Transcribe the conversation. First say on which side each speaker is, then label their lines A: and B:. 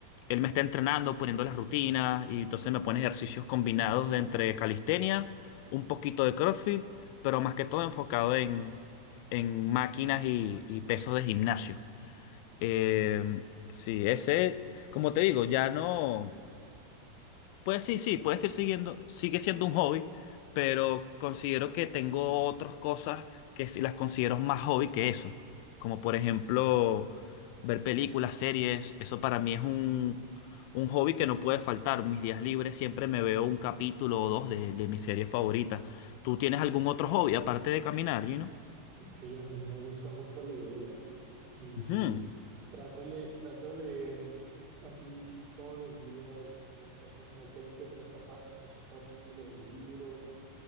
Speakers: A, on the left; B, on the right.
A: él me está entrenando, poniendo las rutinas y entonces me pone ejercicios combinados de entre calistenia, un poquito de CrossFit, pero más que todo enfocado en, en máquinas y, y pesos de gimnasio.
B: ok.
A: Eh, sí, ese, como te digo, ya no. Pues sí, sí, puedes ir siguiendo, sigue siendo un hobby, pero considero que tengo otras cosas que sí las considero más hobby que eso, como por ejemplo ver películas, series, eso para mí es un, un hobby que no puede faltar. Mis días libres siempre me veo un capítulo o dos de, de mis series favoritas. ¿Tú tienes algún otro hobby aparte de caminar, Gino?
B: Sí, a mí me gusta mucho leer y
A: Ujú.
B: trato, le trato de leer así todos los días, no sé, al menos unas 20 o 30 páginas, un capítulo de un libro.